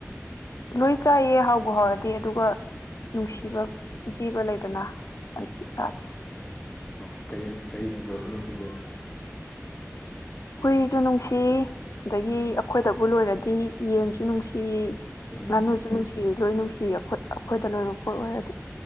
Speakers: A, on the left; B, on the left.
A: ꯂꯣꯏ ꯆꯥꯏꯌꯦ ꯍꯥꯎꯕ ꯍꯥꯎꯔꯗꯤ ꯑꯗꯨꯒ ꯅꯨꯡꯁꯤꯕ
B: ꯑꯣ
A: ꯖꯤꯕ ꯂꯩꯗꯅ ꯑꯗꯨꯗꯤ ꯆꯥꯗꯦ
B: ꯎꯝ ꯀꯩ ꯀꯩꯁꯤꯕ ꯄꯨ ꯅꯨꯡꯁꯤꯁꯦ
A: ꯍꯨꯏꯁꯨ ꯅꯨꯡꯁꯤ ꯑꯗꯒꯤ
B: ꯎꯝ
A: ꯑꯩꯈꯣꯏꯗꯕꯨ ꯂꯣꯏꯔꯗꯤ ꯌꯦꯟꯁꯨ ꯅꯨꯡꯁꯤ
B: ꯎꯝ
A: ꯉꯥꯅꯨꯁꯨ
B: ꯎꯝ
A: ꯅꯨꯡꯁꯤ ꯂꯣꯏ ꯅꯨꯡꯁꯤ ꯑꯩꯈꯣꯏ ꯑꯩꯈꯣꯏꯗ ꯂꯣꯏꯕ ꯄꯣꯠ ꯑꯣꯏꯔꯗꯤ